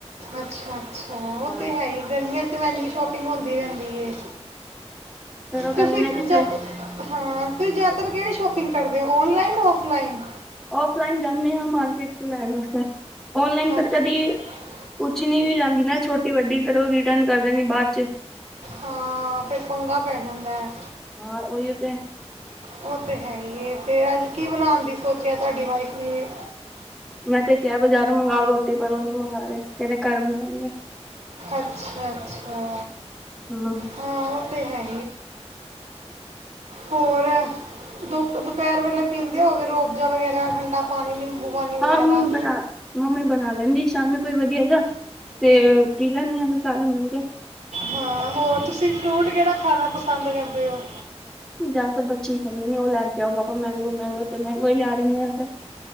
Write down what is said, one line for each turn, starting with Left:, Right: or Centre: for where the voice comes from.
Right: ਅੱਛਾ ਅੱਛਾ ਉਹ
Centre: ਹਾਂ
Right: ਤੇ ਹੈ ਹੀ ਗਰਮੀਆਂ 'ਚ ਤਾਂ ਵੈਸੇ ਵੀ ਸ਼ਾਪਿੰਗ ਹੁੰਦੀ ਰਹਿੰਦੀ ਏ
Centre: ਫੇਰ ਉਹ ਕਹਿੰਦੇ
Right: ਤੁਸੀਂ
Centre: ਨੇ ਕਿਥੇ
Right: ਜਾਂ ਹਾਂ, ਤੁਸੀ ਜਿਆਦਾਤਰ ਕਿਹੜੇ ਸ਼ੋਪ ਬੁਕਿੰਗ ਕਰਦੇ ਓ ਔਨਲਾਈਨ, ਔਫਲਾਈਨ
Centre: ਔਫਲਾਈਨ ਜਾਂਦੇ ਹਾਂ ਮਾਰਕੀਟ ਲੈ ਦਸ ਔਨਲਾਈਨ
Right: ਅੱਛਾ
Centre: ਕਦੀ ਕਦੀ ਕੁਛ ਨੀ ਵੀ ਜਾਂਦੀ ਨਾ ਛੋਟੀ, ਵੱਡੀ ਫੇਰ ਉਹ ਰਿਟਰਨ ਕਰ ਦੇ ਨੇ ਬਾਅਦ ਚ
Right: ਹਾਂ ਫੇਰ ਪੰਗਾ ਪੈ ਜਾਂਦਾ ਹੈ,
Centre: ਹਾਂ ਉਹੀਓ ਤੇ
Right: ਉਹ ਤੇ ਹੈ ਈ ਫੇਰ ਅੱਜ ਕੀ ਬਣਾਉਣ ਦੀ ਸੋਚਿਆ ਤੁਹਾਡੀ ਵਾਈਫ ਨੇ
Centre: ਮੈਂ ਤੇ ਕਿਹਾ ਬਜ਼ਾਰੋਂ ਮੰਗਾਓ ਰੋਟੀ, ਪਰ ਉਹ ਨਹੀਂ ਮੰਗਾ ਰਹੇ, ਕਹਿੰਦੇ ਘਰ ਬਣਾਉਣਗੇ
Right: ਅੱਛਾ -ਅੱਛਾ
Centre: ਹੂੰ
Right: ਹਾਂ ਉਹ ਤੇ ਹੈ ਹੋਰ ਦੋ ਦੁਪਹਿਰ ਵੇਲੇ ਪੀਂਦੇ ਹੋਗੇ ਰੂ ਅਫ਼ਜਾ ਵਗੈਰਾ ਠੰਡਾ ਪਾਣੀ ਨਿੰਬੂ ਪਾਣੀ ਵਗੈਰਾ
Centre: ਹਾਂ ਮੰਮੀ ਬਣਾ ਮੰਮੀ ਬਣਾ ਲੈਂਦੀ ਸ਼ਾਮੀ, ਕੋਈ ਵਧੀਆ ਜਿਹਾ ਤੇ ਪੀ ਲੈਂਦੇ ਹਾਂ ਅਸੀਂ ਸਾਰੇ ਮਿਲ ਕੇ
Right: ਹਾਂ ਹੋਰ ਤੁਸੀਂ ਫਰੂਟ ਕਿਹੜਾ ਖਾਣਾ ਪਸੰਦ ਕਰਦੇ ਹੋ।
Centre: ਜਾਂ ਤਾਂ ਬੱਚੇ ਹੀ ਖਾਂਦੇ ਨੇ ਉਹ ਲੈ ਕੇ ਆਉ ਪਾਪਾ ਮੈਂਗੋ ਮੈਂਗੋ ਤੇ ਮੈਂਗੋ ਹੀ ਲਿਆ ਦਿੰਦੇ ਆ <unintelligible>